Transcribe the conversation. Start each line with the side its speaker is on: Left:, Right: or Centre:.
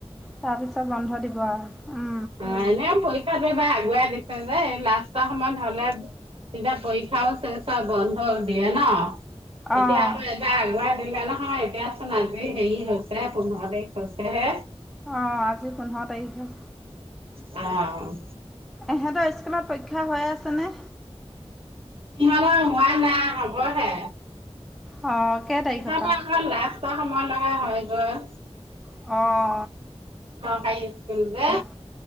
Centre: তাৰপিছত বন্ধ দিব আৰু উম
Right: অ', এনেও পৰীক্ষাটো এইবাৰ আগুৱাই দিছে যে, লাষ্টৰ সময়ত হ'লে তেতিয়া পৰীক্ষাও শেষ হয়, বন্ধ দিয়ে ন?
Centre: অঁ
Right: এতিয়া আকৌ এবাৰ আগুৱাই দিলে ন? ন' এতিয়াচোন আজি হেৰি হৈছে পোন্ধৰ তাৰিখ হৈছে হে।
Centre: অ', আজি পোন্ধৰ তাৰিখহে।
Right: অ'।
Centre: এহেঁতৰ ইস্কুলত পৰীক্ষা হৈয়ে আছেনে?
Right: ইহঁতৰ হোৱা নাই হ'বহে।
Centre: অ', কেই তাৰিখৰ
Right: ইহঁতৰ
Centre: পৰা?
Right: আকৌ লাষ্টৰ সময় লৈহে হয়গৈ।
Centre: অ'
Right: চৰকাৰী ইস্কুল যে
Centre: অ